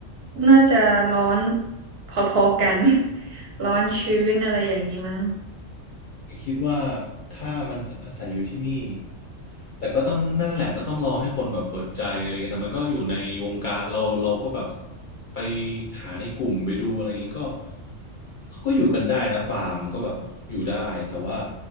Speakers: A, on the right (about 60°); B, on the left (about 60°).
A: น่าจะร้อนพอๆกัน <laughs> ร้อนชื้นอะไรอย่างนี้มั้ง
B: ผมคิดว่าถ้ามันอาศัยอยู่ที่นี่แต่ก็ต้องนั่นแหละก็ต้องรอให้คนแบบเปิดใจอะไรเงี้ยแต่มันก็อยู่ในวงการเราเราก็แบบไปหาในกลุ่มไปดูอะไรอย่างงี้ก็เขาก็อยู่กันได้นะฟาร์มก็แบบอยู่ได้แต่ว่า